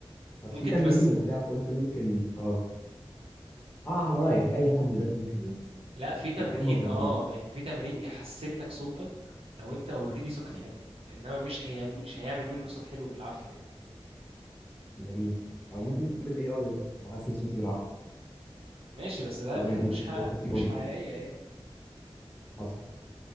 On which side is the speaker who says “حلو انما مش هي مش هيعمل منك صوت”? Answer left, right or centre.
Right